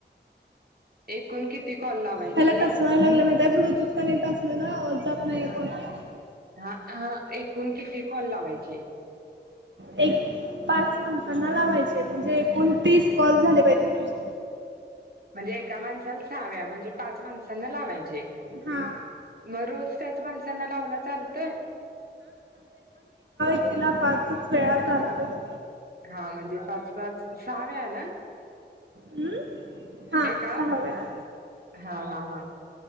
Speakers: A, on the right; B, on the right.
A: एकूण किती कॉल लावायचे?
B: हेला तसवाय लागलं माहित आहे ब्लूटूथ कनेक्ट असल ना जात नाही
A: हा
B: कोणाला
A: हा हा एकूण किती कॉल लावायचे
B: एक पाच माणसां - -ना लावायचे. म्हणजे एकूण तीस कॉल झाले पाहिजेत तुझे.
A: म्हणजे एका माणसाला सहाव्या म्हणजे पाच माणसांना लावायचे
B: हा
A: मग रोज त्याच माणसांना लावला चालतोय.
B: -क्तीला पाचच वेळा झाला पाहिजे.
A: हा म्हणजे पाच पाच सहा वेळा ना
B: हम्म हा
A: एका
B: सहा वेळा
A: हा हा हा